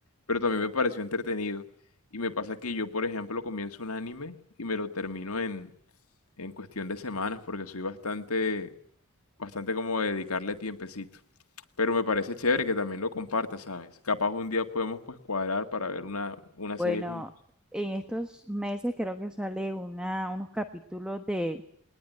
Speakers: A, on the left (about 75°); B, in the centre.
A: pero también me pareció entretenido. Y me pasa que yo, por ejemplo, comienzo un anime y me lo termino en en cuestión de semanas porque soy bastante bastante como dedicarle tiempecito. Pero me parece chévere que también lo compartas, ¿sabes? Capaz un día podemos pues cuadrar para ver una, una
B: Bueno,
A: serie juntos.
B: en estos meses creo que sale una, unos capítulos de,